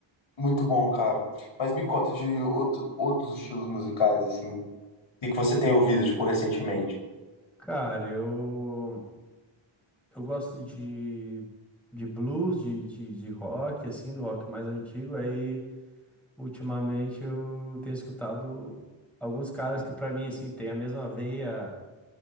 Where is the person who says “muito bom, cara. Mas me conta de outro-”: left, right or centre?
Left